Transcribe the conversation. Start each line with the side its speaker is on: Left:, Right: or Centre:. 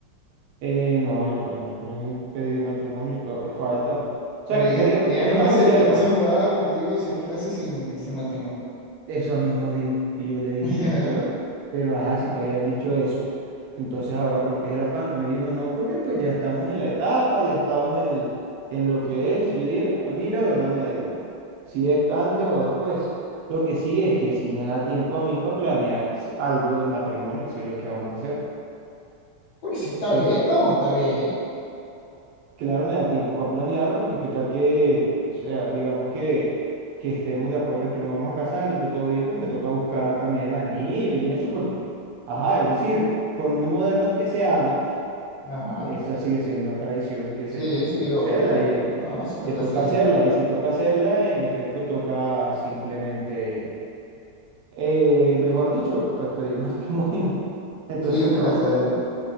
Right: Eh, no, yo todavía no le he pedi- pedido matrimonio, todavía falta. O sea,
Left: Pero ella,
Right: creo que
Left: ella
Right: estamos
Left: no que se,
Right: cerca,
Left: que no se mudaba contigo si no fuese sin, sin matrimonio.
Right: Eso mismo dijo. Y yo le dije,
Left: <laughs> Ajá.
Right: no, pero, pero ajá, si tú hayas dicho eso, entonces ahora ¿por qué es el afán? Y me dijo, no, porque pues ya estamos en la etapa, ya estamos en el, en lo que es. Y yo dije, bueno, a mí la verdad me da igual, si es antes o después. Lo que sí es que si me da tiempo a mí para planear si- algo de matrimonio, si es lo que vamos a hacer.
Left: Pues sí, está
Right: que
Left: bien,
Right: es
Left: no, está bien.
Right: Claro, me da tiempo para planear porque qué tal que, o sea, digamos que, que estemos de acuerdo en que nos vamos a casar, listo, todo bien, pues me toca buscar también el anillo y eso porque, ajá, es decir, por muy modernos que seamos,
Left: Ajá.
Right: esa sigue siendo una tradición que se,
Left: Sí,
Right: que toca
Left: sí, obvio,
Right: hacerla
Left: obvio.
Right: y eh,
Left: No, sí toca
Right: que toca
Left: hacerla.
Right: hacerla y si toca hacerla, en efecto toca simplemente, eh, mejor dicho, pues pedirle <laughs> matrimonio. Entonces,
Left: Sí,
Right: no.
Left: toca hacerla.